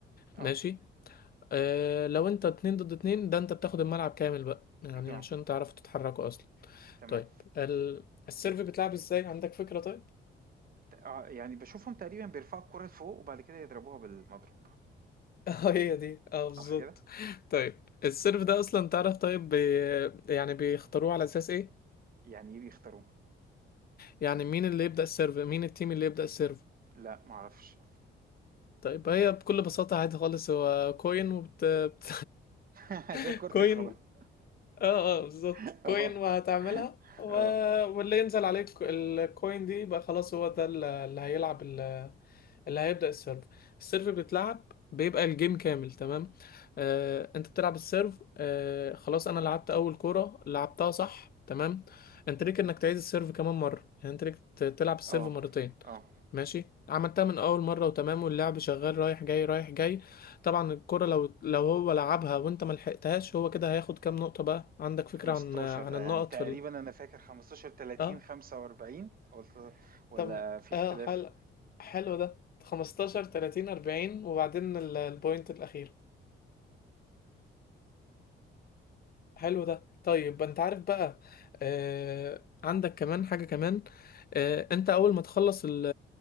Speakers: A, on the right (about 45°); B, on the left (about 50°).
A: آه،
B: ماشي آه لو انت اتنين ضد اتنين ده انت بتاخد الملعب كامل بقى يعني
A: أنت آه،
B: عشان تعرفوا تتحركوا اصلا
A: تمام.
B: طيب ال... السيرف بتلعب ازاي عندك فكرة طيب
A: اه يعني بشوفهم تقريبا بيرفعوا الكرة لفوق وبعد كده يضربوها بالمضرب
B: <laughs> اه هي دي اه
A: صح
B: بالظبط
A: كده
B: طيب السيرف ده اصلا تعرف طيب بي... يعني بيختاروه على اساس ايه
A: يعني ايه بيختاروه
B: يعني مين اللي يبدأ السيرف مين التيم اللي يبدأ السيرف
A: لا معرفش
B: طيب هي بكل بساطة عادي خالص هو كوين وبت... بت...
A: <laughs>
B: <laughs>
A: زي كرة
B: كوين
A: القدم <laughs>
B: اه اه بالظبط
A: اه
B: كوين وهتعملها و...
A: اه
B: واللي ينزل عليك الكوين دي يبقى خلاص هو ده اللي اللي هيلعب اللي هيبدأ السيرف السيرف بيتلعب بيبقى الجيم كامل تمام آه، انت بتلعب السيرف آه، خلاص انا لعبت اول كورة لعبتها صح تمام انت ليك انك تعيد السيرف كمان مرة يعني انت ليك ت- تلعب السيرف
A: اه
B: مرتين
A: اه
B: ماشي عملتها من اول مرة وتمام واللعب شغال رايح جاي رايح جاي طبعا الكرة لو لو هو لعبها وانت ما لحقتهاش هو كده هياخد كام نقطة بقى عندك
A: 15
B: فكرة عن عن
A: يعني
B: النقط
A: تقريبا
B: في ال...
A: انا فاكر 15 30
B: اه
A: 45 ولا ولا
B: طب
A: في اختلاف
B: اه حلو حلو ده 15 30 40 وبعدين ال- البوينت الأخير حلو ده طيب انت عارف بقى آه عندك كمان حاجة كمان آه انت اول ما تخلص ال-